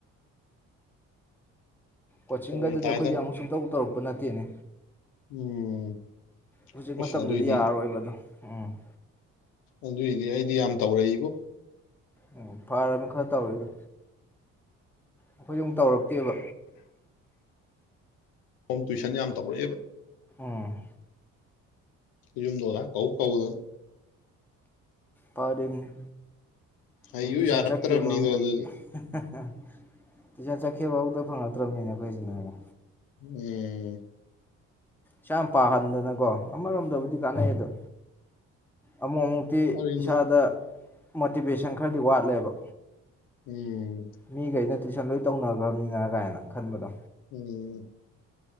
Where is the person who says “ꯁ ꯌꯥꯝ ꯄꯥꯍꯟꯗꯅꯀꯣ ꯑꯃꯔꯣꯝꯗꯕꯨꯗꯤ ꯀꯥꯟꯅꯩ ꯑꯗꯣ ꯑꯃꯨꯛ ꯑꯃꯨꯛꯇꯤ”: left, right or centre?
Centre